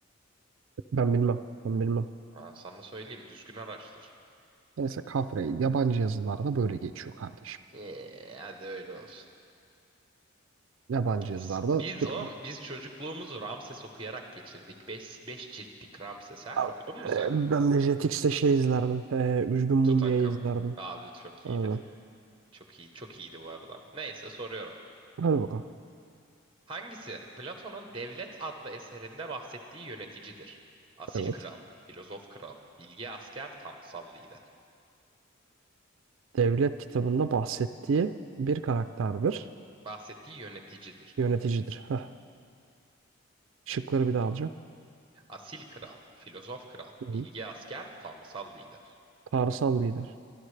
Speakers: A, on the right (about 65°); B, on the right (about 25°).
A: Ben bilmem. Ben bilmem.
B: Ben sana söyleyeyim, düzgün araştır.
A: Neyse kafre yabancı yazılarda böyle geçiyor kardeşim.
B: Ee, hadi öyle olsun.
A: Yabancı
B: Neyse.
A: yazılarda
B: Biz
A: tür...
B: oğlum, biz çocukluğumuzu Ramses okuyarak geçirdik. Beş, beş ciltlik Ramses ha.
A: Al,
B: Okudun mu
A: e,
B: sen?
A: Ben de Jetix'te şey izlerdim. E, Üzgün Mumya
B: Tutankam.
A: izlerdim.
B: Abi çok
A: Aynen.
B: iyiydi. Çok iyi, çok iyiydi bu arada. Neyse soruyorum.
A: Hadi bakalım.
B: Hangisi Platon'un Devlet adlı eserinde bahsettiği yöneticidir? Asil
A: Evet.
B: kral, filozof kral, bilge asker, tanrısal lider.
A: Devlet kitabında bahsettiği bir karakterdir.
B: Bahsettiği yöneticidir.
A: Yöneticidir. Heh. Şıkları bir daha alacağım.
B: Asil kral, filozof kral,
A: Değil.
B: bilge asker, tanrısal lider.
A: Tanrısal lider.